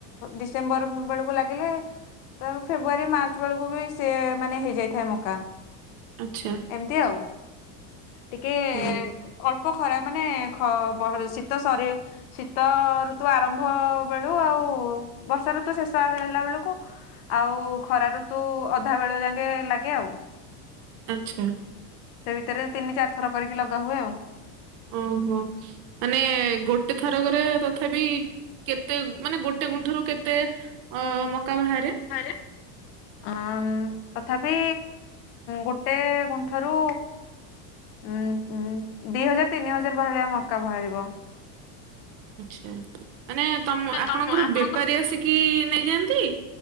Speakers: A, on the left (about 55°); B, on the right (about 45°).
A: ଡିସେମ୍ବର ବେଳକୁ ଲାଗିଲେ ତା ଫେବୃଆରୀ ମାର୍ଚ୍ଚ ବେଳକୁବି ସେମାନେ ହେଇଯାଇଥାଏ ମକା।
B: ଆଚ୍ଛା।
A: ଏମିତି ଆଉ ଟିକେ
B: ହୁଁ।
A: ଅଳ୍ପ ଖରା ମାନେ ଖ ଶୀତ ଶରୀ ଶୀତ ଋତୁ ଆରମ୍ଭ ବେଳୁ ଆଉ ବର୍ଷା ଋତୁ ଶେଷ ହେଲା ବେଳକୁ ଆଉ ଖରାଊତୁ ଅଧା ବେଳ ଯାକେ ଲାଗେ ଆଉ।
B: ଆଚ୍ଛା।
A: ସେ ଭିତରେ ତିନି ଚାରି ଥର କରିକି ଲଗା ହୁଏ ଆଉ।
B: ଓହୋ ମାନେ ଗୋଟେ ଥରକରେ ତଥାପି କେ କେତେ ମାନେ ଗୋଟେ ଗୁଣ୍ଠରୁ କେତେ ଅ ମକା ବାହାରେ?
A: ବାହାରେ? ଆ ତଥାପି ଗୋଟେ ଗୁଣ୍ଠରୁ ଉଁ ଉଁ ଦିହଜାର ତିନି ହଜାର ଭଳିଆ ମକା ବାହାରିବ।
B: ଆଚ୍ଛା ମାନେ
A: ମାନେ
B: ତମ ଆପଣଙ୍କର
A: ଆପଣଙ୍କ
B: ବେପାରୀ ଆସିକି ନେଇଯାଆନ୍ତି?